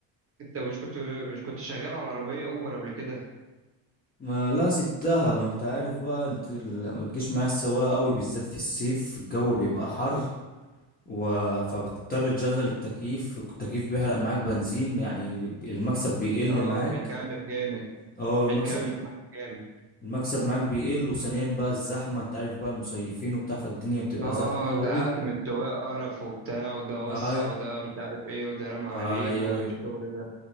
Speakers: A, on the right; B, on the left.
A: انت مش كنت مش كنت شغال على عربية اوبر قبل كده
B: ما لا سبتها ما انت عارف بقى انت ال- ما تجيش معايا السواقة قوي بالذات في الصيف الجو بيبقى حر و... فبتضطر تشغل التكييف التكييف بيحرق معاك بنزين يعني المكسب بيقل
A: اه
B: معاك
A: بيكلف جامد
B: اه المكسب
A: بيكلف معاك جامد
B: المكسب معاك بيقل وثانيا بقى الزحمة انت عارف بقى المصيفين وبتاع فالدنيا بتبقى
A: اه
B: زحمة قوي
A: زهقت من السواق قرف وبتاع وده وسع
B: اي
A: وده مش عارف ايه وده رمى
B: فهي
A: عليك والشغل ده